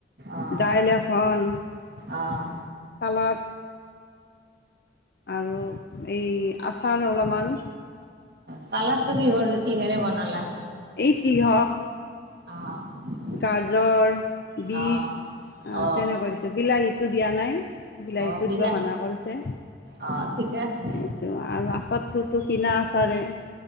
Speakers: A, on the right; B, on the left.
A: অ',
B: দাইল এখন
A: অ'।
B: চালাত আৰু এই আচাৰ অলপমান
A: চালাদটো কি কিহেৰে বনালা।
B: এতিহ
A: অ'।
B: গাজৰ বিট
A: অ অ
B: তেনেকুৱা দিছোঁ বিলাহীটো দিয়া নাই। বিলাহীতটো
A: অ বিলাহী
B: দিবা মানা কৰিছে।
A: অ ঠিকে আছে
B: আৰু আচাৰটোতো কিনা আচাৰে।